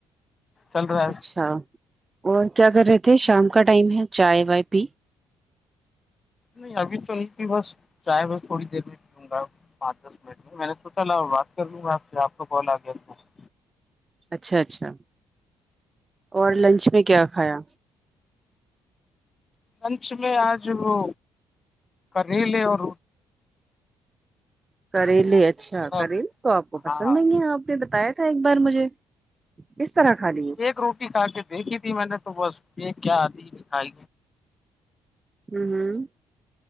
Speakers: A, on the left (about 35°); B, on the right (about 30°).
A: چل رہا ہے
B: اچھا اور کیا کر رہے تھے شام کا ٹائم ہے چائے وائے پی
A: نہیں ابھی تو نہیں بس چاہے بس تھوڑی دیر میںلوں گا پانچ دس منٹ میں میں نے اور بات کر لوں میں آپ سے آپ کو کال آ گیا ہوں
B: اچھا اچھا اور لنچ میں کیا کھایا
A: لنچ میں آج وہ کریلے اور
B: کریلے اچھا
A: مطلب
B: کریلے تو آپ کو
A: ہاں
B: پسند نہیں ہے آپ نے بتایا تھا ایک بار مجھے کس طرح کھا لیے
A: ایک روٹی کھا کے دیکھی تھی میں نے تو بس یہ کیا آدھی ہی کھائ
B: ہوں ہوں